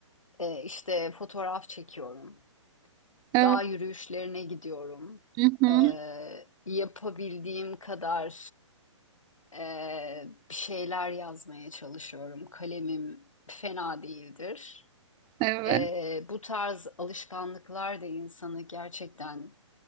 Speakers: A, on the left (about 90°); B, on the right (about 25°).
A: Ee, işte fotoğraf çekiyorum.
B: Evet.
A: Dağ yürüyüşlerine gidiyorum.
B: hı hı,
A: Ee, yapabildiğim kadar e, bir şeyler yazmaya çalışıyorum. Kalemim fena değildir.
B: Evet.
A: Ee, bu tarz alışkanlıklar da insanı gerçekten